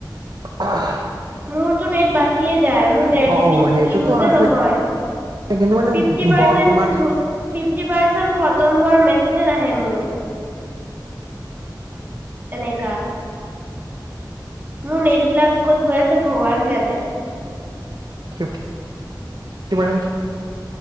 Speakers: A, on the right (about 60°); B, on the right (about 25°).
A: <unintelligible>
B: মোৰটো নেট বাচিয়ে যায় মোৰ দেৰ
A: অ
B: জিবি
A: অ সেইটোতো
B: ইউজ এ
A: আছে
B: নহয়,
A: কিন্তু মানে
B: ফিফটি পাৰচেণ্ট
A: বৰ্তমান
B: খতম হোৱাৰ মেচেজ এ নাহে মোৰ। এনেকা। মোৰ নেটবলাক ক'ত গৈ আছে ভগৱান জানে।
A: <unintelligible> <unintelligible>